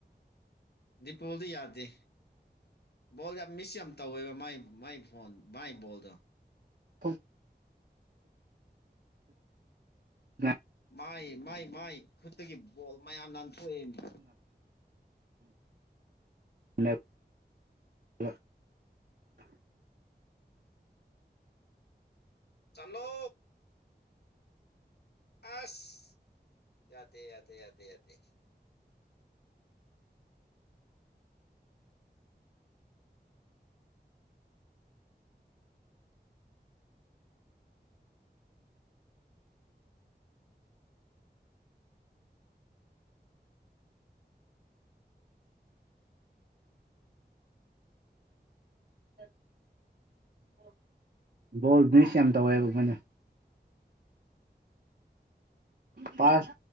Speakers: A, on the left; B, on the right.
A: ꯗꯤꯄꯣꯜꯗꯤ ꯌꯥꯗꯦ ꯕꯣꯜ ꯌꯥꯝ ꯃꯤꯁ ꯌꯥꯝ ꯇꯧꯋꯦꯕ ꯃꯥꯏ ꯃꯥꯏ ꯕꯣꯟ ꯃꯥꯏ ꯕꯣꯜꯗꫭ꯫
B: <inaudible> <inaudible>
A: ꯃꯥꯏ ꯃꯥꯏ ꯃꯥꯏ ꯈꯨꯠꯇꯒꯤ ꯕꯣꯜ ꯃꯌꯥꯝ ꯅꯥꯟꯊꯣꯛꯑꯦꯃꯤ꯫
B: <unintelligible>
A: ꯆꯜꯂꯣ꯫ ꯑꯥꯁ ꯌꯥꯗꯦ ꯌꯥꯗꯦ ꯌꯥꯗꯦ ꯌꯥꯗꯦ꯫
B: <inaudible> ꯕꯣꯜ ꯃꯤꯁ ꯌꯥꯝ ꯇꯧꯋꯦꯕ ꯃꯣꯏꯅ꯫ ꯄꯥꯁ